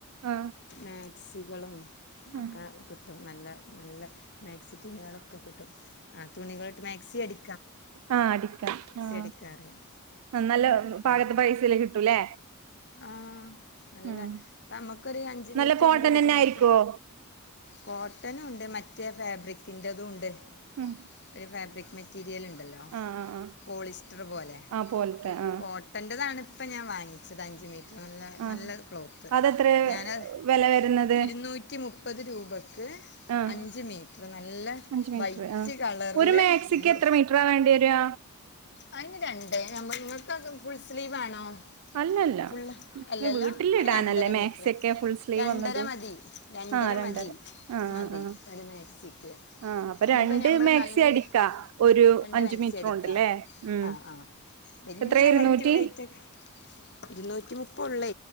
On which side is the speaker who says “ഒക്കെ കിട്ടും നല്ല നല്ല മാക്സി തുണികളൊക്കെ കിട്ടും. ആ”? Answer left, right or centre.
Left